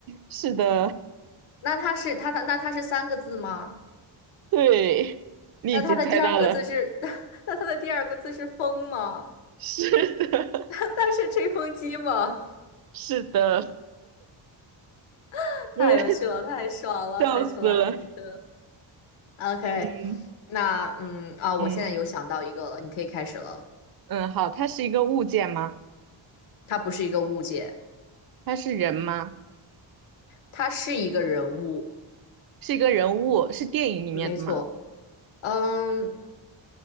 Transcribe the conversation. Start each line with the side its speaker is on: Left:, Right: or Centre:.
Right: 是的。
Left: 那它是它它那它是三个字吗？
Right: 对，你已经猜到了，
Left: 那它的第二个字是 <laughs>，那它的第二个字是风吗？
Right: 是的，
Left: <laughs> 它是吹风机吗？
Right: <laughs> 是的，
Left: <laughs> 太有趣了，
Right: 嗯，
Left: 太爽了，
Right: 笑死了，
Left: 猜出来那一个。OK，
Right: 嗯
Left: 那嗯啊，我现在有想到一个了，
Right: 嗯
Left: 你可以开始了。
Right: 嗯，好，他是一个物件吗？
Left: 它不是一个物件，
Right: 他是人吗？
Left: 它是一个人物，
Right: 是一个人物，是电影里面的吗？
Left: 没错。嗯，